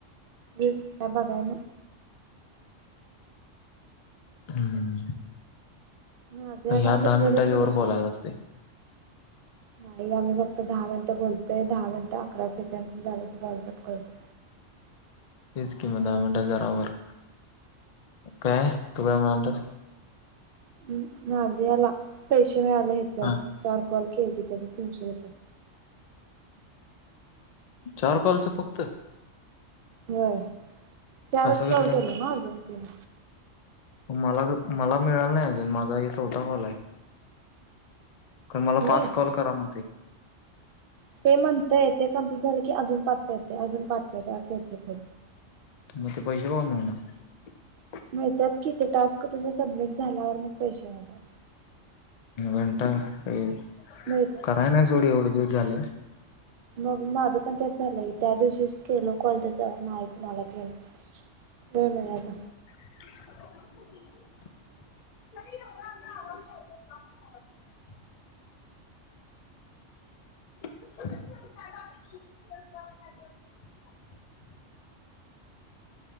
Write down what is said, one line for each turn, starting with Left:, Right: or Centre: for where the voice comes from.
Right: बिन बघाय ना
Left: हम्म.
Right: नाझियाला
Left: ह्यात
Right: कसलं
Left: दहा मिनटाच्या
Right: तर तीनशे
Left: वर बोलायला असते.
Right: नाही आ दहा मिनटं बोलतय दहा मिनट आता अकरा सेकड झालं त कॉल कट करतो.
Left: हीच किंमत दहा मिनिट हजारावर कायय तू काय म्हणालतस?
Right: हम् नाजियांला पेश <unintelligible> येत जा
Left: हा
Right: चार.. कॉल केली ति त्याच तीनशे रुपये
Left: चार कॉलचं फक्त?
Right: होय. चारच
Left: असं
Right: कॉल
Left: कसं काय
Right: केलं ना जयंतीने
Left: मला मला मिळाल नाही अजून माझा हे चौथा कॉल आहे. मला
Right: होय
Left: पाच कॉल करा म्हणते.
Right: ते म्हणतय य तेे कम्प्लीट झालं की अजून पाच येते अजून पाच येत असं येते खर.
Left: मते पैसे कोन भरणार?
Right: मिळतात किती टास्क तुझं सबमिट झाल्यावर मग पैसे मिळतात.
Left: घंटा रे.
Right: मिळ
Left: कराय नाही सोड एवढे द झालं.
Right: मग माझं पण त्याच झालंय त्या दिवशीच केल कॉल तेच ऐक मला <unintelligible> केलं वेळ मिळाला.
Left: <inaudible> <inaudible>